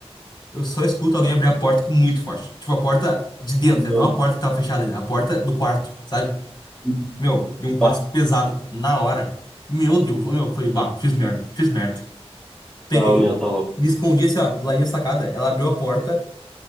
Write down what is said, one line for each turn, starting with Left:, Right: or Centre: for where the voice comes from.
Left: eu só escuto alguém abrir a porta com muito forte. Tipo, a porta de dentro,
Centre: Meu
Left: né? não a porta que tava fechada ainda, a porta do quarto, sabe?
Centre: Deus.
Left: Meu, e um passo
Centre: Bah,
Left: pesado na hora. Meu Deus, ô, meu, foi, bah, fiz merda, fiz merda. Peguei,
Centre: Ah, o meu, tá louco.
Left: me escondi assim, ó, do ladinho da sacada. Ela abriu a porta,